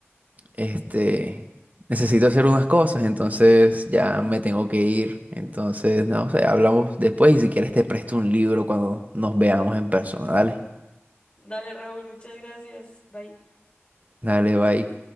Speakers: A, on the right; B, on the left.
A: este, necesito hacer unas cosas, entonces ya me tengo que ir. Entonces, no sé, hablamos después y si quieres te presto un libro cuando nos veamos en persona. Dale,
B: Dale, Raúl, muchas gracias. Bye.
A: dale, bye.